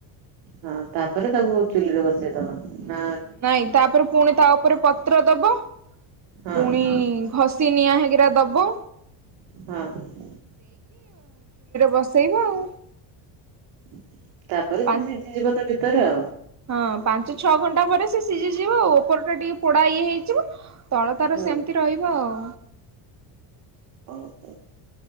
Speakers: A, on the right; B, on the right.
A: ହଁ ତାପରେ ତାକୁ ଚୁଲି ରେ ବସେଇଦବା। ନା
B: ନାଇଁ ତାପରେ ପୁଣି ତା ଉପରେ ପତ୍ର ଦେବ
A: ହଁ
B: ପୁଣି ଘସି ନିିଆ ହେ ଆରା ଦବୁ
A: ହଁ।
B: ବସେଇବ ଆଉ।
A: <inaudible> ତାପରେ
B: ପାଞ୍ଚ
A: ସେ ସିଝିଯିବ ତ <unintelligible>
B: ହଁ ପାଞ୍ଚ ଛଅ ଘଣ୍ଟା ପରେ ସେ ସିଝିଯିବ ଆଉ ଉପରଟା ଟିକେ ପୋଡା ଇଏ ହେଇଯିବ ତଳ ତାର
A: ହୁଁ।
B: ସେମିତି ରହିବ ଆଉ।
A: ଓ ହୋ।